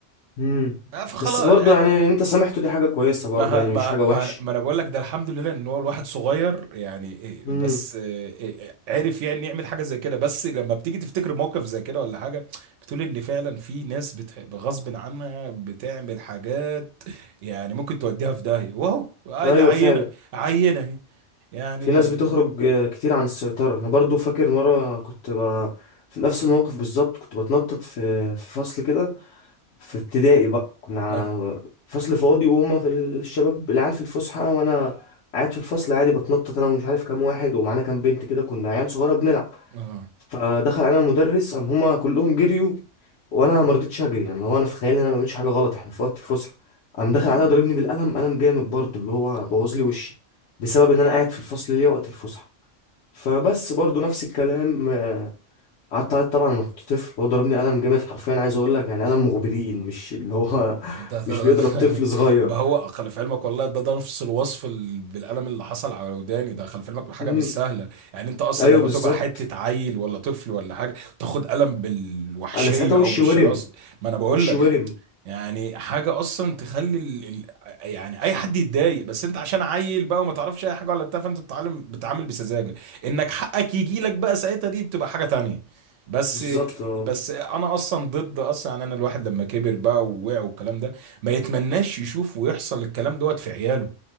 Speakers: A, on the left; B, on the right.
A: امم
B: فخلاص
A: بس برضه يعني انت سامحته دي حاجة كويسة
B: ما
A: برضه يعني
B: ما
A: مش حاجة
B: ما,
A: وحشة
B: ما انا بقول لك ده الحمد لله ان هو الواحد صغير يعني إيه،
A: امم
B: بس إيه، إيه، عرف يعني يعمل حاجه زي كده بس لما بتيجي تفتكر موقف زي كده ولا حاجه بتقول ان فعلا في ناس بتحب غصب عنها بتعمل حاجات يعني ممكن توديها في داهيه واهو آه
A: ايوه
B: ده عينه
A: فعلا
B: عينه اهي يعني
A: في ناس بتخرج آه، كتير عن السيطرة انا برضه فاكر مرة كنت ب... في نفس الموقف بالظبط كنت بتنطط في في فصل كده في ابتدائي بقى كنا ع-
B: اه
A: فصل فاضي وهما في الشباب العيال في الفسحة وانا قاعد في الفصل عادي بتنطط انا ومش عارف كام واحد ومعانا كام بنت كده كنا عيال صغيرة بنلعب
B: اه
A: فدخل علينا المدرس قام هما كلهم جريوا وانا ما رضيتش اجري يعني هو انا في خيالي ان انا ما بعملش حاجه غلط احنا في وقت الفسحه قام داخل
B: تمام
A: عليا ضاربني بالقلم قلم جامد برضه اللي هو
B: آه،
A: بوظ لي وشي بسبب ان انا قاعد في الفصل ليه وقت الفسحه فبس
B: آه.
A: برضه نفس الكلام آه، قعدت أعيط طبعا انا كنت طفل هو ضربني قلم جامد حرفيا عايز اقول لك يعني قلم مغبرين مش اللي هو <laughs>
B: ده,
A: مش
B: ده,
A: بيضرب
B: ده <laughs>
A: طفل صغير
B: ما هو خلف علمك والله ده, ده نفس الوصف ال- بالقلم اللي حصل على وداني ده خلف علمك حاجه
A: مم.
B: مش سهله يعني انت اصلا
A: ايوه
B: لما
A: بالظبط
B: تبقى حته عيل ولا طفل ولا حاجه تاخد قلم بالوحشيه
A: انا ساعتها وشي
B: او بالشراسه
A: ورم
B: ما انا بقول
A: وشي
B: لك
A: ورم
B: يعني يعني حاجه اصلا تخلي ال... ال... يعني اي حد يتضايق بس انت عشان عيل بقى وما تعرفش اي حاجه ولا بتاع فانت بتتعلم بتتعامل بسذاجه انك حقك يجي لك بقى ساعتها دي بتبقى حاجه تانية بس
A: بالظبط اه
B: بس انا اصلا ضد اصلا يعني انا الواحد لما كبر بقى ووقع والكلام ده ما يتمناش يشوف ويحصل الكلام دوت في عياله